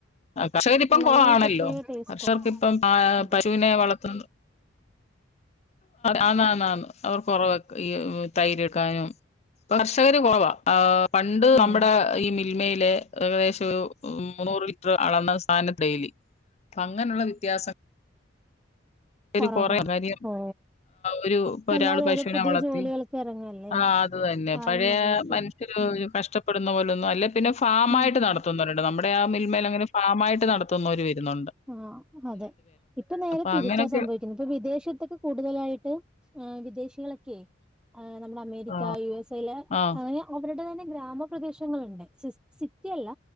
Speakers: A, on the left; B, in the centre.
A: കർഷകരിപ്പം
B: അല്ല
A: കുറവാണല്ലോ
B: അതിനൊരു പ്രത്യേക ടേസ്റ്റാ
A: കർഷകർക്ക് ഇപ്പം ആ
B: അതെ
A: പശുവിനെ വളർത്തുന്നു ആന്ന് ആന്ന് ആന്ന് അവർക്ക് കുറവാ ഈ തൈര് എടുക്കാനും കർഷകര് കുറവാ പണ്ട്
B: ഉം
A: നമ്മുടെ ഈ മിൽമയിലെ ഏകദേശം ഒരു മുന്നൂറ് ലി റ്റർ അളന്നാൽ സന ഡെയിലി അങ്ങനെയുള്ള വ്യത്യാസങ്ങ <unintelligible>
B: കൊറവാ ഓ
A: ഒരു
B: ഇപ്പ
A: ഒരാൾ
B: എല്ലാരും
A: പശുവിനെ
B: ഓരോ പുതിയ
A: വളർത്തി
B: ജോലികൾക്ക് ഇറങ്ങല്ലേ
A: ആ
B: ഇപ്പ
A: അത് തന്നെ പഴയ
B: ആരും അതിലേക്ക്
A: മനുഷ്യര്
B: ഉം
A: കഷ്ടപ്പെ ടുന്ന പോലൊന്നും അല്ലേ പിന്നെ ഫാമായിട്ട്
B: ആ
A: നടത്തുന്നോരുണ്ട് നമ്മുടെ ആ മിൽമേൽ അങ്ങനെ ഫ മായിട്ട് നടത്തുന്നവര് വരുന്നോ
B: ആഹ് അതെ ഇപ്പൊ നേരെ
A: അപ്പൊ
B: തിരിച്ച
A: അങ്ങനൊക്കെ
B: സ സംഭവിക്കുന്നു ഇപ്പം വിദേശത്തൊക്കെ കൂടുതലായിട്ട് വിദേശികള ക്കെ നമ്മുടെ അമേരിക്ക
A: ആ
B: യു എസ് എ യില്
A: ആ
B: അങ്ങനെ അവരുടെ തന്നെ ഗ്രാമപ്രദേശങ്ങളുണ്ട് സി സിറ്റി അല്ല